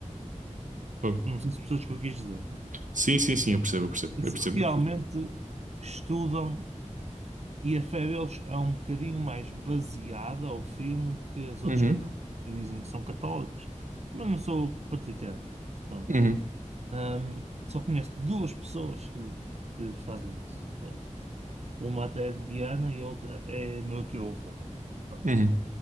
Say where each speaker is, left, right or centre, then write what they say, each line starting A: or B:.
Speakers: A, on the right; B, on the right.
A: Fogo.
B: Não sei se pessoas que eu quis dizer.
A: Sim, sim, sim, eu percebo, eu percebo,
B: Eles
A: eu percebo.
B: Realmente
A: Eu-
B: estudam e a fé deles é um bocadinho mais baseada ou firme que as
A: Uhum,
B: outros católicos que dizem que são católicos, mas não sou praticante. Pronto.
A: uhum,
B: Ahm, só conheço duas pessoas que, que fazem isso. Pronto. Uma até é de Viana e outra é meu teu avô. Pronto.
A: uhum.